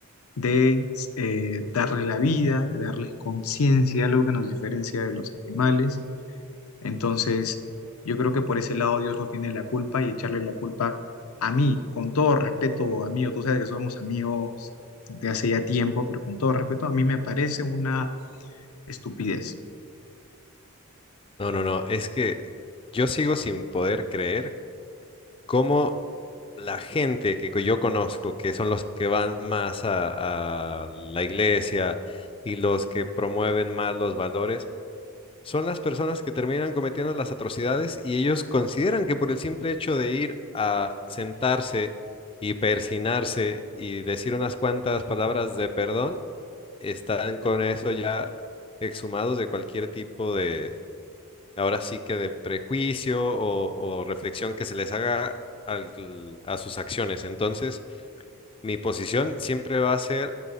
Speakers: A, on the left (about 75°); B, on the left (about 25°).
A: de eh, darles la vida, de darles conciencia, algo que nos diferencia de los animales. Entonces, yo creo que por ese lado Dios no tiene la culpa y echarle la culpa a mí, con todo respeto, amigo, tú sabes que somos amigos de hace ya tiempo, pero con todo respeto, a mí me parece una estupidez.
B: No, no, no, es que yo sigo sin poder creer cómo la gente que yo conozco, que son los que van más a a la iglesia y los que promueven más los valores, son las personas que terminan cometiendo las atrocidades y ellos consideran que por el simple hecho de ir a sentarse y persinarse y decir unas cuantas palabras de perdón, están con eso ya exhumados de cualquier tipo de, ahora sí que de prejuicio o, o reflexión que se les haga al- a sus acciones. Entonces, mi posición siempre va a ser,